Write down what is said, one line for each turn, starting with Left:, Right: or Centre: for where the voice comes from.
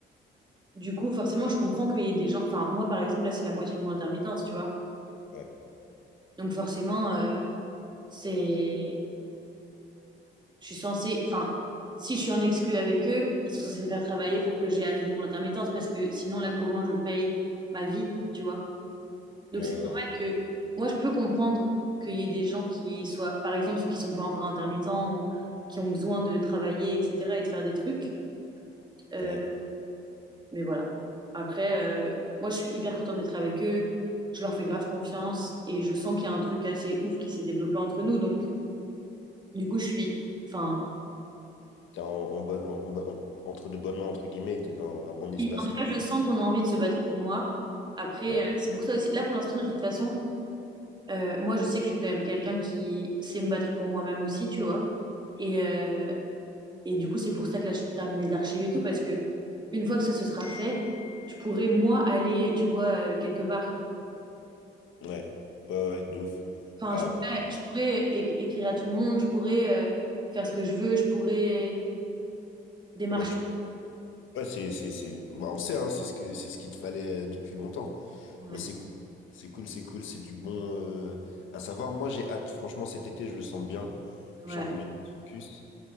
Right: du coup forcément je comprends qu'il y ait des gens enfin moi par exemple là c'est la moitié de mon intermittence, tu vois.
Left: Ouais.
Right: Donc forcément, euh, c'est, je suis censée, enfin, si je suis en exclu avec eux, ils sont censés me faire travailler pour que j'ai à nouveau mon intermittence parce que sinon là, comment je paye ma vie, tu vois? Donc
Left: Ouais,
Right: c'est
Left: ouais,
Right: normal
Left: ouais.
Right: que moi, je peux comprendre qu'il y ait des gens qui soient, par exemple, ceux qui sont pas encore intermittents ou qui ont besoin de travailler, etc., et de faire des trucs. Euh,
Left: Ouais.
Right: mais voilà. Après, euh, moi, je suis hyper contente d'être avec eux. Je leur fais grave confiance et je sens qu'il y a un truc assez ouf qui s'est développé entre nous. Donc, du coup, je suis, enfin,
Left: T'es en, en bonne, en bo- en- entre de bonnes mains, entre guillemets, t'es dans un bon espace,
Right: Et En tout
Left: quoi.
Right: cas, je sens qu'on a envie de se battre pour moi. Après,
Left: Ouais.
Right: euh, c'est pour ça aussi. Là, pour l'instant, de toute façon, euh, moi, je sais que je suis quand même quelqu'un qui sait me battre pour moi-même aussi, tu vois. Et, euh, et du coup, c'est pour ça que là, je termine mes archives et tout, parce que une fois que ça se sera fait, je pourrais, moi, aller, euh, tu vois, euh, quelque part.
Left: Ouais, ouais, ouais, de ouf.
Right: Enfin,
Left: Après,
Right: je pourrais, je pourrais éc- écrire à tout le monde, je pourrais euh, faire ce que je veux, je pourrais démarcher.
Left: ouais, tu- ouais, c'est, c'est, c'est... bah, on sait, hein, c'est ce que, c'est ce qu'il te fallait euh, depuis longtemps.
Right: Ouais,
Left: Bah, c'est cool, c'est cool, c'est cool, c'est du bon euh, à savoir. Moi, j'ai hâte. Franchement, cet été, je le sens bien.
Right: ouais.
Left: Je sens qu'on est focus.